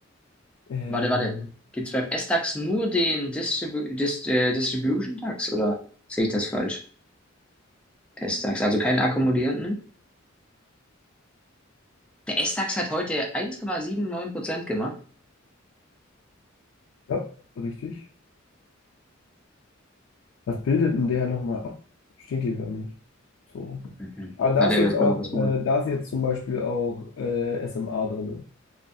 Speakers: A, on the left; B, in the centre.
A: ähm,
B: Warte, warte. Gibt's beim S-DAX nur den Distribu Dis äh, Distribution DAX oder sehe ich das falsch? S-DAX, also keinen akkumulierenden? Der S-DAX hat heute 1,79% gemacht.
A: ja, richtig. Was bildet denn der nochmal ab? Steht hier gar nicht. So.
B: Mhm.
A: Aber da
B: Warte,
A: ist jetzt
B: aber das
A: auch,
B: können wir was googeln.
A: äh, da ist jetzt zum Beispiel auch äh, SMA drin.